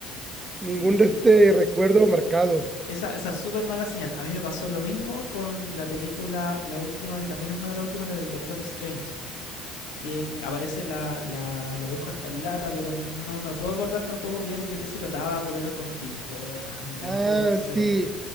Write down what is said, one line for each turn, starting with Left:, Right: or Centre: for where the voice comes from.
Left: sí.
Right: Ningún de este recuerdo marcado.
Left: Esa, esa es súper mala señal. A mí me pasó lo mismo con la película, la última, que también es una de las últimas, la del Doctor Strange. que aparece la, la, la bruja escarlata, pero no me puedo acordar tampoco bien de qué se trataba, cuál era el conflicto, nada, me
Right: Ah,
Left: dejó cero.
Right: sí.